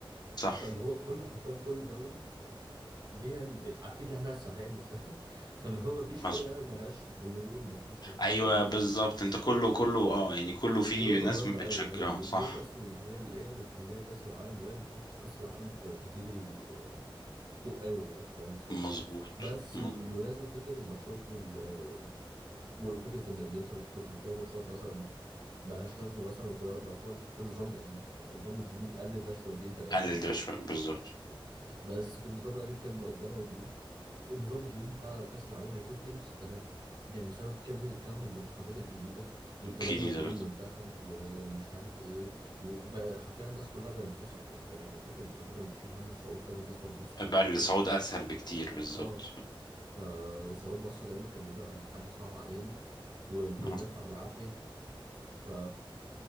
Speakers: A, on the left; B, on the right.
A: صح
B: فاللي هو كل حرفيا كل دولة يعني ليها الم... أكيد لها ناسها فاهم ازاي؟ <laughs> فاللي هو مفيش
A: مظبوط
B: فرقة ملهاش جمهور ومفيش مش عارف
A: ايوه
B: إيه
A: بالظبط انت كله كله اه يعني كله فيه
B: دي نقطة
A: ناس
B: مهمة
A: بتشجعه
B: قوي يعني ودي
A: صح
B: نقطة أصلا هي اللي هي اللي محلية كأس العالم وهي اللي حاطة كأس العالم في كاتيجوري آه، فوق قوي يعني فاهم ازاي؟
A: مظبوط
B: بس
A: مظبوط
B: بمناسبة فكرة الماتشات وال آه، وفكرة إن إن أنت بت- كنت بتلاقي ماتشات مثلا ملهاش لازمة مثلا في دوري الأبطال في النظام القديم النظام الجديد قلل ده شويتين تلاتة
A: قلل ده شويه بالظبط
B: بس في النظام القديم كان ده موجود النظام الجديد بتاع كأس العالم هيكون فيه نفس الكلام يعني بسبب كم كم المنتخبات الجديدة وال
A: الجديده
B: 48
A: بالظبط
B: منتخب ومش عارف ايه وبقى حرفيا الناس كلها بقت بتصعد يعني فا- انا فاكر ان كنا بنشيل هم الصعود ده بالنسبة لمصر يعني
A: بقى الصعود اسهل بكتير بالظبط
B: اه فصعود مصر دايما كان بيبقى حاجة صعبة علينا وبنطلع
A: آه.
B: بالعافية ف